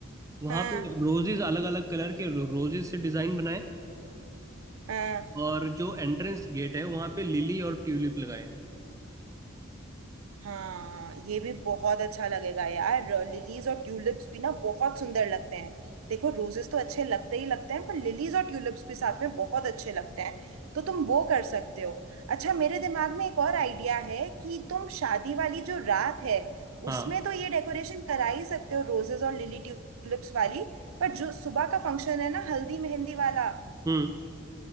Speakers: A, on the right; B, on the right.
A: वहां
B: हाँ
A: पे रोजेज अलग अलग कलर के रोजेज से डिजाइन बनाए
B: हाँ
A: और जो एंट्रेंस गेट है वहां पे लिली और ट्यूलिप लगाए
B: हाँ ये भी बहुत अच्छा लगेगा यार लिलीज और ट्यूलिप्स भी ना बहुत सुंदर लगते हैं देखो रोजेस तो अच्छे लगते ही लगते हैं पर लिलीज और ट्यूलिप्स भी साथ में बहुत अच्छे लगते हैं तो तुम वो कर सकते हो अच्छा मेरे दिमाग में एक और आइडिया है कि तुम शादी वाली जो रात है
A: हाँ
B: उसमें तो ये डेकोरेशन करा ही सकते हो रोजेस और लिली ट्यूलिप्स वाली पर जो सुबह का फंक्शन है ना हल्दी मेहंदी वाला
A: हम्म